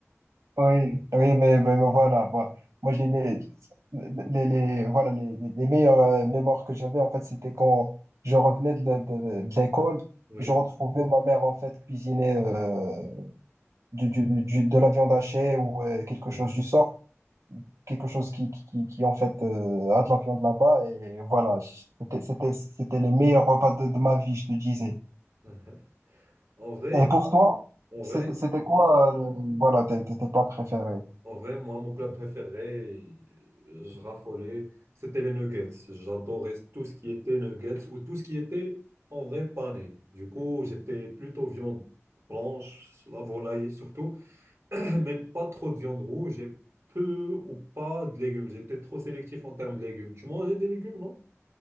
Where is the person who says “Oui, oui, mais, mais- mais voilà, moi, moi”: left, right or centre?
Right